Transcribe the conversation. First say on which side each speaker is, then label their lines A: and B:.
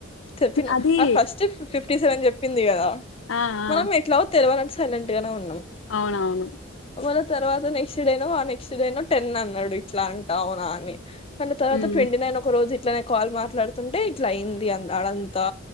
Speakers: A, on the left (about 25°); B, on the left (about 65°).
A: చెప్పిన
B: అది
A: ఆ ఫస్ట్ ఫిఫ్టీ సెవెన్ చెప్పింది కదా
B: ఆ ఆ
A: మనం ఎట్ల తెలవానట్ సైలెట్గానే ఉన్నాం
B: అవునవును
A: మళ్ళ తర్వాత next day no next day no ten అన్నాడు ఇట్ల అంట అవునా అని మళ్ళీ తరువాత
B: హ్మ్
A: ట్వంటీ నైన్ ఒక రోజి ఇట్లానే కాల్ మాట్లాడుతుంటే ఇట్లా అయింది అ అడంతా